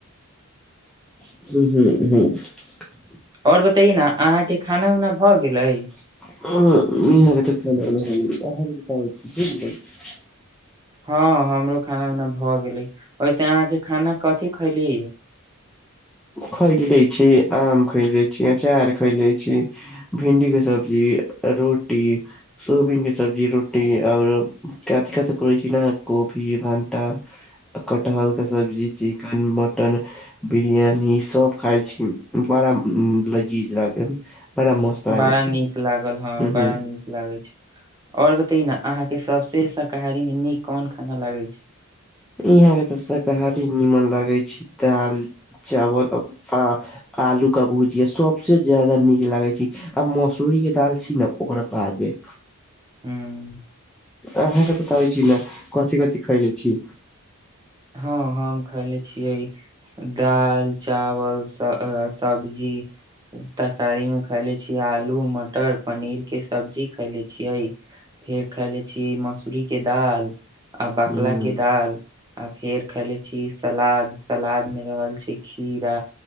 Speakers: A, in the centre; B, on the right.
A: ह हूँ ह <inaudible>
B: और बतय न अहाँ के खाना उना भऽ गेलय
A: हं इह तऽ ख हह त त ख बझलै <inaudible>
B: हँ हमरो खाना उना भऽ गेलय ओहिसे अहाँके खाना कथि खैली
A: खैले छी आम खैले छी अचार खैले छी भिंडी के सब्जी रोटी सोयाबीन के सब्जी रोटी आर कच काच <unintelligible> पड़ै छी ने कपी भणटा कटहर के सब्जी चिकेन मटन बिरियानी सब खाय छी बड़ा लजीज लागे बड़ा मस्त लागे
B: बड़ा
A: छी
B: नीक लागल हँ
A: हम्म
B: बड़ा नीक लगय छै और बताअ न अहाँ के सबसे शाकारी मे नीक कोन खाना लगे छै
A: यहां के तऽ शाकाहारी नीमन लगे छय दाल चावल आ आलू का भुजिया सबसे ज्यादा नीक लागे ध्य आ मसूरी के दाल छी ने ओकरा बादे
B: हूँ
A: आहांके बताबइ छी ना कथी कथि खयले छी
B: हँ हँ हम खयले छियइ दाल चावल सब्जी तरकारी में खयले छियइ आलू मटर पनीर के सब्जी खयले छियै फेर खयले छियै मसूरी के दाल आ बकला
A: हम्म
B: के दाल आ फेर खयले छियै सलाद सलाद में रहल छै खीरा